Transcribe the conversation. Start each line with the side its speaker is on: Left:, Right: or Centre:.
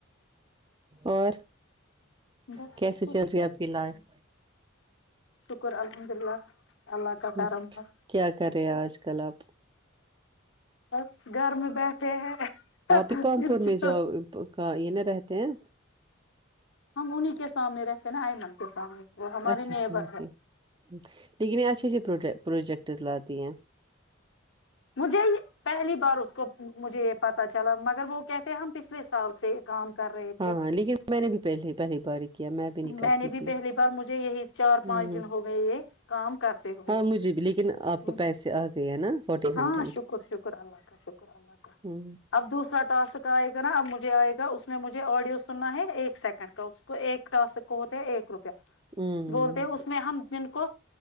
Right: اور
Left: بس
Right: کیسے
Left: شکر
Right: چل رہی ہے آپ کی لائف
Left: شکر الحمد للہ اللہ کا
Right: ہ
Left: کرم ہے
Right: کیا کرے آج کل کلب
Left: بس گھر میں بیٹھے ہیں ہم
Right: آپ ہی پام پور میں جاؤ کا یہ ن رہتے ہیں
Left: ہم انہیں کے سامنے رہتے نا ایئمن کے سامنے وہ ہمارے
Right: اچھا
Left: نیبر
Right: ٹھیک ہے ٹھیک لیکن یہ اچھے اچھے پرو پروجیکٹس لاات ہیں
Left: مجھے پہلی بار اس کو مجھے یہ پتا چلا مگر وہ کہتے ہم پچھلے سال سے کام کر رہے
Right: ہاں
Left: تھے
Right: ہاں لیکن میں نے بھی پہل پہلی بار کیا بھی نہیں کرتی
Left: میں نے بھی
Right: تھی
Left: پہلی بار مجھے یہی چار
Right: ہ
Left: پانچ دن ہو گئے یہ کام کرتے ہوئے
Right: ہاں مجھے بھی لیکن آپ کو
Left: ہ
Right: پیسے آ گئے ہیں نا فورٹین
Left: ہاں
Right: ہنڈریڈ
Left: شکر شکر اللہ کا شکر اللہ کا
Right: ہ
Left: اب دوسرا ٹاسک آئے گا نا اب مجھے آئے گا اس میں مجھے آڈیو سننا ہے ایک سیکنڈ کا اس کو ایک کراسک ہو ہے ایک روپے
Right: ہ
Left: بولتے ہیں اس میں ہم جن کو